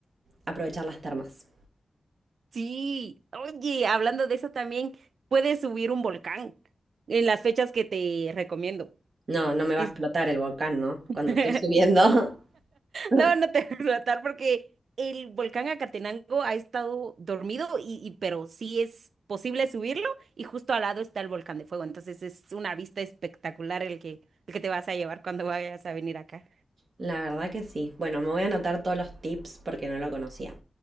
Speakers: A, on the right (about 60°); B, on the right (about 85°).
A: aprovechar las termas.
B: Sí, oye, hablando de eso también, puedes subir un volcán en las fechas que te recomiendo.
A: No, no me va
B: Es-
A: a explotar el volcán, ¿no?
B: <laughs>
A: Cuando estoy subiendo. <laughs>
B: No, no te voy a explotar porque el volcán Acatenango ha estado dormido y, y- pero sí es posible subirlo y justo al lado está el volcán de fuego. Entonces es una vista espectacular el que, el que te vas a llevar cuando vayas a venir acá.
A: La verdad que sí. Bueno, me voy a anotar todos los tips porque no lo conocía.